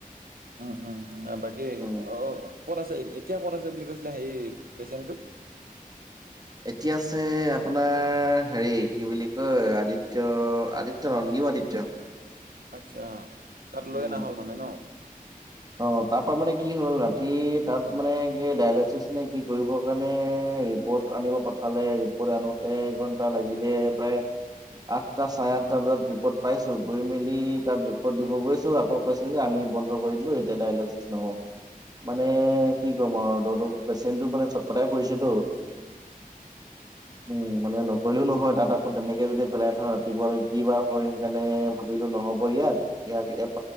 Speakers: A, on the right; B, on the right.
A: উম উম আও বাকী
B: উম
A: অ ক'ত আছে এ এত- এতিয়া ক'ত আছে বুলি কৈছিলা হেই পেচেণ্টটো?
B: এতিয়া আছে আপোনাৰ হেৰি, কি বুলি কয় আদিত্য, আদিত্য নয়, নিউ আদিত্য।
A: আচ্ছা। তাত লৈ
B: উম
A: অনা হল মানে ন?
B: অ তাৰ পৰাা মানে কি হ'ল ৰাতি তাত মানে কি ডায়লিচিচ নে কি কৰিবৰ কাৰণে ৰিপৰ্ট আনিব পঠালে ৰিপৰ্ট আনোতে এঘন্টা লাগিলে প্ৰায় আঠটা চাৰে আঠটা বজাত ৰিপৰ্ট পাইছো গৈ মেলি তাত ৰিপৰ্ট দিব গৈছো আকৌ কৈছো যে আমি বন্ধ কৰি দিলো এত- এতিয়া ডায়লচিচ নহ'ব মানে কি কম আৰু ত পেচেণ্টটো মানে চটপটাই ফুৰিছেতো উ মানে নকৰিলেও নহয় তাত আকৌ তেনেকে যদি পেলাই থ ৰাতিপুৱালে কি বাাৰ হয় সেইকাৰণে ভাবিলো নহব ইয়াত ইয়াক এপ